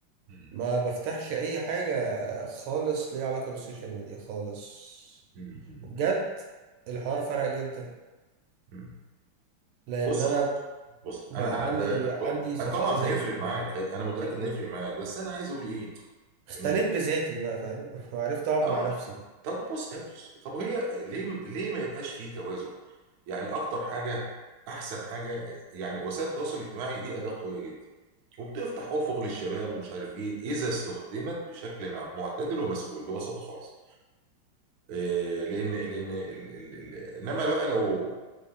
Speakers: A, on the right; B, on the right.
A: مم.
B: ما بفتحش أي حاجة خالص ليها علاقة بالسوشيال ميديا خالص
A: مم. مم.
B: وبجد الحوار فرق جدا
A: مم.
B: لأن
A: بص
B: أنا
A: بص
B: بقى
A: انا انا
B: عندي عندي صفاء
A: طبعا
B: ذهني
A: هيفرق معاك هي- انا متاكد انه هيفرق معاك بس انا عايز اقول ايه
B: اختليت
A: ان
B: بذاتي بقى فاهم <laughs> وعرفت اقعد
A: اه
B: مع نفسي
A: طب بص طب هي ليه ليه ما يبقاش فيه توازن يعني اكتر حاجه احسن حاجه يعني وسائل التواصل الاجتماعي دي اداه قويه جدا وبتفتح افق للشباب ومش عارف ايه اذا استخدمت بشكل مع- معتدل ومسؤول ببساطه خالص إيه، لان لان ال- ال- ال- انما بقى لو